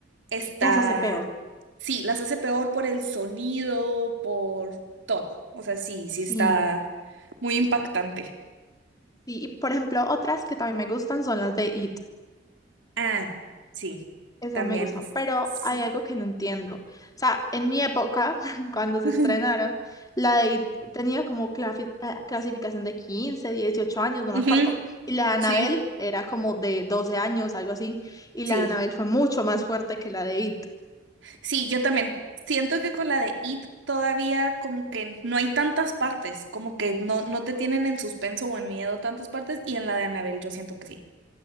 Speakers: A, on the right (about 75°); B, on the left (about 20°).
A: Está,
B: Las hace peor.
A: sí, las hace peor por el sonido, por todo. O sea, sí, sí
B: Sí,
A: está muy impactante.
B: sí, y por ejemplo, otras que también me gustan son las de It.
A: Ah, sí,
B: Esas
A: también.
B: me gustan, pero
A: Su-
B: hay algo que no entiendo. O sea, en mi época, <laughs> cuando se
A: <laughs>
B: estrenaron, la de It tenía como clafi- eh, clasificación de 15, 18 años, no
A: Ujú,
B: me acuerdo. Y la de Annabelle
A: Sí,
B: era como de 12 años, algo así. Y
A: sí,
B: la de Annabelle fue mucho más fuerte que la de It.
A: sí, yo también. Siento que con la de It todavía como que no hay tantas partes, como que no, no te tienen en suspenso o en miedo tantas partes, y en la de Annabelle yo siento que sí.